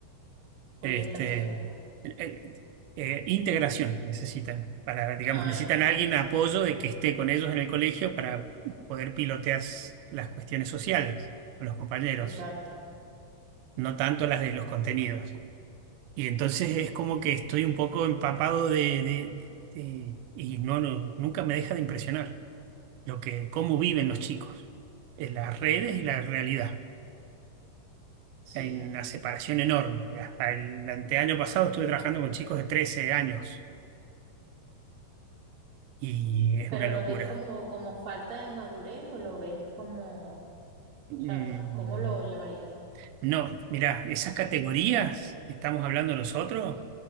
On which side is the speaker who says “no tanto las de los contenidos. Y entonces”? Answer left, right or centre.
Right